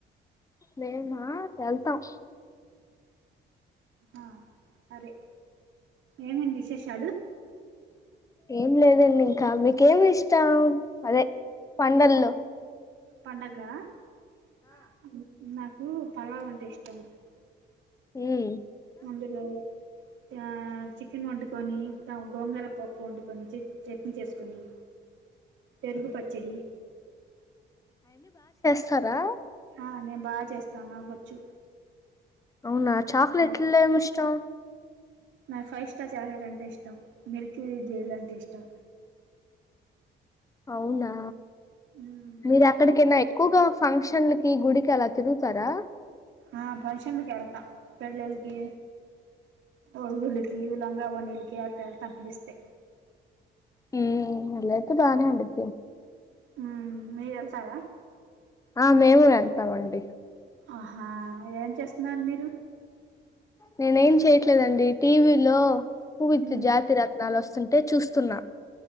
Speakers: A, on the left; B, on the right.
A: మేమా వెళ్తాం
B: ఆ సరే ఏమండీ విశేషాలు
A: ఏం లేదండి ఇంకా మీకేమి ఇష్టం అదే పండల్లో
B: పండగా ఆ నాకు పలావ్ అంటే ఇష్టం
A: హుమ్
B: అందులో ఆ చికెన్ వండుకొని గోంగరపప్పు వండుకొని చట్నీ చేసుకొని పెరుగు పచ్చడి
A: కదా
B: అ నేను బాగా చేస్తాను నాకొచ్చు
A: అవునా చాక్లెట్లో
B: అ
A: ఏమి ఇష్టం
B: నాకు ఫైవ్ స్టార్ చాక్లెట్ అంటే ఇష్టం మిల్కీ జెల్ అంటే ఇష్టం
A: అవునా
B: మ్మ్
A: మీరు
B: మీకు
A: ఎక్కడికైనా ఎక్కువగా ఫంక్షన్లకి గుడికి అలా తిరుగుతారా
B: ఆ ఫంక్షన్ల కెళ్తా పెళ్ళిలకి పొరుగులకు ఇల్ గవ నిలికి ఆట్టా ఎళ్తా పిలిస్తే
A: హుమ్ అట్లైతే బానే ఉండిది
B: హ మీరు ఎళ్తార
A: ఆ మేము వెల్తామండి
B: ఆహా ఏం చేస్తున్నారు మీరు
A: నేనే ఏం చేయట్లేదండి టీవీలో కువిస్
B: మ్మ్
A: జాతి రత్నాలు వస్తుంటే చూస్తున్న